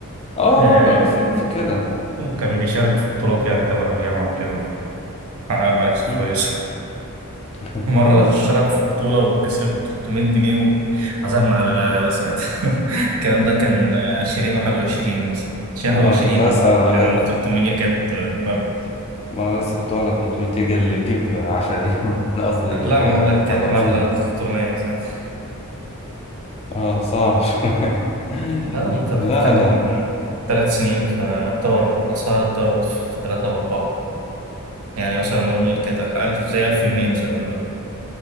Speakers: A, on the left; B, on the right.
A: اه
B: آه،
A: لا لا لا في في كده
B: وكان بيشارك في بطولات يعني تبع الجامعة وكده حقق مراكز كويسة
A: مم. <laughs>
B: <laughs> مرة شارك في بطولة وكسب 300 جنيه وعزمنا على غدا ساعتها <laughs> الكلام ده كان عشرين واحد وعشرين مثلا عشرين واحد
A: ما
B: وعشرين
A: انا كنت هسأل
B: اه
A: أغ-
B: كان 300 جنيه كانت مبلغ
A: ما انا لسه كنت هقول لك 300 جنيه اللي تجيب عشا دي <laughs> قصدي
B: لا
A: غ-
B: ما بقول لك
A: بتاع
B: كانت
A: ده عزومه
B: مبلغ 300 ساعتها
A: اه صعب شويه <laughs>
B: اه انت بتتكلم
A: لا لا
B: ثلاث سنين فاعتبر الاسعار اتضربت في ثلاثة واربعة يعني مثلا نقول كانت ألف زي ألف جنيه مثلا دلوقتي